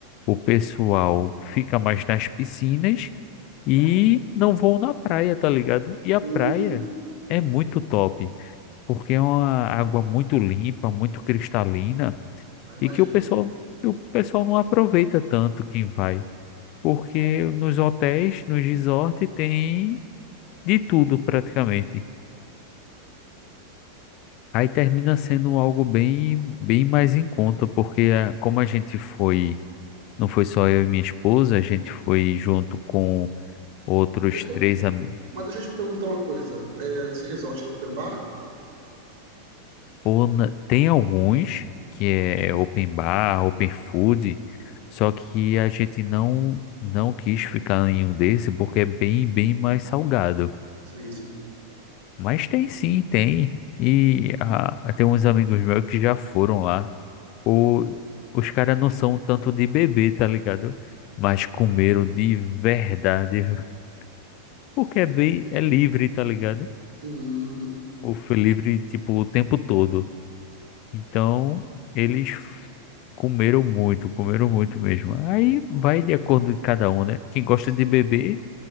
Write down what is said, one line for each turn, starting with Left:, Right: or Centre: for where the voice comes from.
Left: o pessoal fica mais nas piscinas e não vão na praia, tá ligado? E a
Right: Hum,
Left: praia é muito top, porque é uma água muito limpa, muito cristalina
Right: já imagino.
Left: e que o pessoal, que o pessoal não aproveita tanto quem vai, porque nos hotéis, nos resorts tem de tudo praticamente. Aí termina sendo algo bem, bem mais em conta, porque ah, como a gente foi, não foi só eu e minha esposa, a gente foi junto com outros
Right: Mas Deixa
Left: três
Right: eu,
Left: amigos.
Right: mas deixa eu te perguntar uma coisa. É, esse resort era open bar?
Left: Pô, na- tem alguns que é open bar, open food, só que a gente não não quis ficar em um desse porque é bem bem mais salgado.
Right: Sim, sim.
Left: Mas tem sim, tem. E ah, tem uns amigos meus que já foram lá. O, os caras não são tanto de beber, tá ligado? Mas comeram de verdade, <laughs> porque é bem é livre, tá ligado?
Right: Hum, hum,
Left: Ou foi livre tipo o tempo todo. Então, eles comeram muito, comeram muito mesmo. Aí vai de acordo de cada um, né? Quem gosta
Right: sim.
Left: de beber